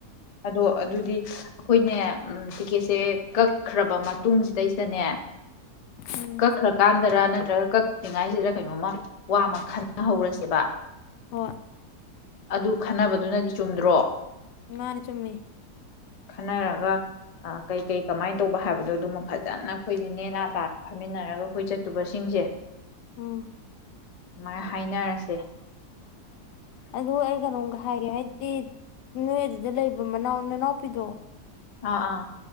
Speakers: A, on the left; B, on the left.
A: ꯑꯗꯣ ꯑꯗꯨꯗꯤ ꯑꯩꯈꯣꯏꯅꯦ ꯇꯤꯛꯀꯦꯠꯁꯦ ꯀꯛꯈ꯭ꯔꯕ ꯃꯇꯨꯡꯁꯤꯗꯩꯁꯤꯗꯅꯦ
B: ꯎꯝ
A: ꯀꯛꯈ꯭ꯔ ꯀꯥꯟꯗꯔꯥ ꯅꯠꯇ꯭ꯔꯒ ꯀꯔꯤꯉꯥꯏꯁꯤꯗ ꯀꯩꯅꯣꯝꯃ ꯋꯥꯃ ꯈꯟꯅꯍꯧꯔꯁꯦꯕ
B: ꯍꯣꯏ
A: ꯑꯗꯨ ꯈꯟꯅꯕꯗꯨꯅꯗꯤ ꯆꯨꯝꯗ꯭ꯔꯣ
B: ꯉꯅꯦ ꯆꯨꯝꯃꯤ
A: ꯈꯟꯅꯔꯒ ꯀꯩ ꯀꯩ ꯀꯃꯥꯏꯅ ꯇꯧꯕ ꯍꯥꯏꯕꯗꯣ ꯑꯗꯨꯃ ꯐꯖꯅ ꯑꯩꯈꯣꯏꯁꯦ ꯅꯦꯅꯥ ꯇꯥꯅ ꯐꯝꯃꯤꯟꯅꯔꯒ ꯑꯩꯈꯣꯏ ꯆꯠꯇꯨꯕꯁꯤꯡꯁꯦ
B: ꯎꯝ
A: ꯁꯨꯃꯥꯏꯅ ꯍꯥꯏꯅꯔꯁꯦ
B: ꯑꯗꯨ ꯑꯩ ꯀꯩꯅꯣꯝꯒ ꯍꯥꯏꯒꯦ ꯍꯥꯏꯗꯤ ꯅꯣꯏ ꯑꯗꯨꯗ ꯂꯩꯕ ꯃꯅꯥꯎ ꯅꯅꯥꯎꯄꯤꯗꯣ
A: ꯑꯥ ꯑꯥ